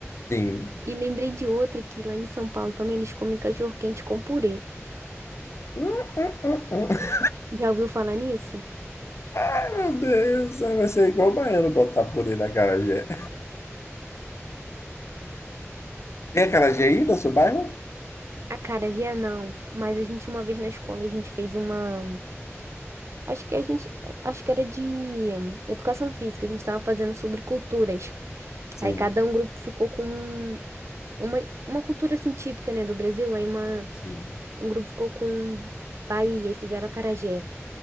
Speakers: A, on the left; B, on the right.
A: Sim.
B: E lembrei de outra que lá em São Paulo também eles comem cachorro-quente com purê.
A: Hum, hum, hum, hum.
B: Já ouviu falar nisso?
A: Ai, meu Deus, vai ser igual o baiano botar purê na acarajé. Tem acarajé aí no seu bairro?
B: Acarajé não, mas a gente uma vez na escola a gente fez uma, acho que a gente, acho que era de hum, educação física, a gente estava fazendo sobre culturas.
A: Sim,
B: Aí cada um grupo ficou com uma, uma cultura assim típica, né, do Brasil, aí uma
A: sim.
B: um grupo ficou com Bahia e fizeram acarajé.